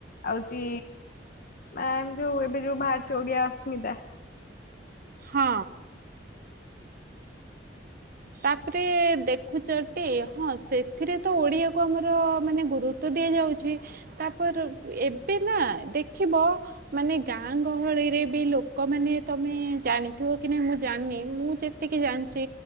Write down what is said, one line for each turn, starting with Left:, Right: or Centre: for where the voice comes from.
Left: ଆଉଛି ଆ ମ ଯୋଉ ଏବେ ଯୋଉ ବାହାରୁଛି ଓଡିଆ ଅସ୍ମିତା।
Right: ହଁ। ତାପରେ ଦେଖୁଚ ଟି ହଁ ସେଥିରେ ତ ଓଡିଆକୁ ଆମର ମାନେ ଗୁରୁ ତ ଦିଆଯାଉଅଛି ତାପରେ ଏବେ ନା ଦେଖିବ। ମାନେ ଗାଁ ଗହଳିରେ ବି ଲୋକମାନେ ତମେ ଜାଣିଥିବ କି ନା ମୁଁ ଜାଣିନି ମୁଁ ଯେ ଏତିକି ଜାଣିଛି